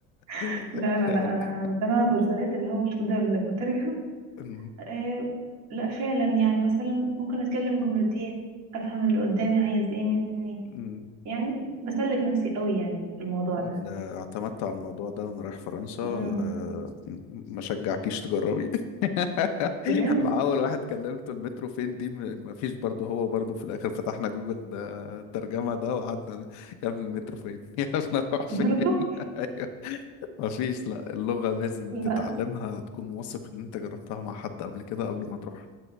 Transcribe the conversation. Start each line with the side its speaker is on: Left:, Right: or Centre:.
Right: <laughs>
Left: <laughs>
Right: لا لا
Left: أيوة.
Right: لا أنا متابعة مسلسلات اللي هو مش مدبلج مترجم
Left: أمم،
Right: آه، لا فعلا يعني مثلا ممكن اتكلم جملتين افهم اللي قدامي عايز ايه مني
Left: أمم.
Right: يعني بسلك نفسي قوي يعني في الموضوع
Left: ده
Right: ده
Left: اعتمدت على الموضوع ده وانا رايح فرنسا أه،
Right: امم
Left: م- م- ما شجعكيش تجربي <laughs>
Right: بجد
Left: مع اول واحد كلمته المترو فين دي م- ما فيش برضه هو برضه في الاخر فتحنا جوجل آه، الترجمه ده وقعدنا يا ابني المترو فين <laughs> يا ابني اروح فين
Right: برضه
Left: <laughs> ما فيش لا اللغة لازم
Right: لا
Left: تتعلمها تكون واثق ان انت جربتها مع حد قبل كده قبل ما تروح